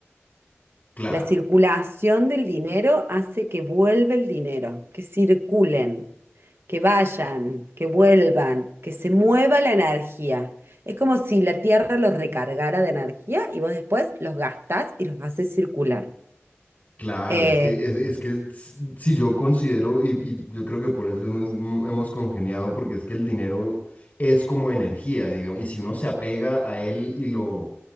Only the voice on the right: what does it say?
La circulación del dinero hace que vuelva el dinero, que circulen, que vayan, que vuelvan, que se mueva la energía. Es como si la Tierra los recargara de energía y vos después los gastás y los haces circular.
Eh,